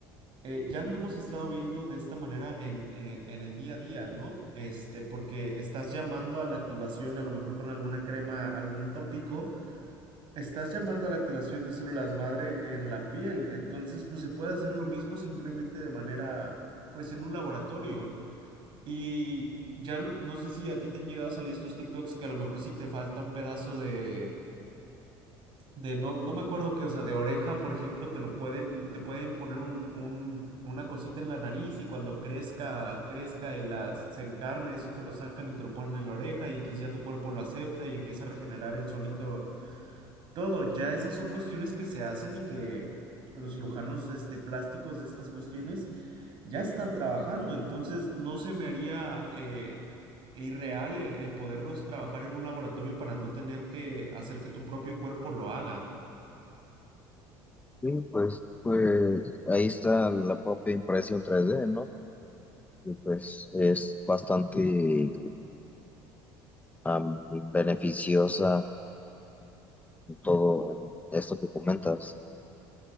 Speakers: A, on the right; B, on the left.
A: eh, ya lo hemos estado viendo de esta manera en, en- en el día a día, ¿no? Este, porque estás llamando a la activación, a lo mejor con alguna crema, algún tópico, estás llamando a la activación de células madre en la piel. Entonces, pues se puede hacer lo mismo simplemente de manera, pues en un laboratorio. Y ya lo- no sé si a ti te han llegado a salir estos TikToks que a lo mejor sí te falta un pedazo de de no, no me acuerdo qué, o sea, de oreja, por ejemplo, te lo pueden, te pueden poner un, un- una cosita en la nariz y cuando crezca, crezca y la, se encarne, eso te lo sacan y te lo ponen en la oreja y entonces ya tu cuerpo lo acepta y empieza a regenerar el solito todo. Ya esas son cuestiones que se hacen y que los cirujanos, este, plásticos de estas cuestiones ya están trabajando, entonces no se me haría eh, irreal el el poderlos trabajar en un laboratorio para no tener que hacer que tu propio cuerpo lo haga.
B: Sí, pues, pues ahí está la propia impresión tres d ¿no? Y pues es bastante am, beneficiosa en todo en esto que comentas.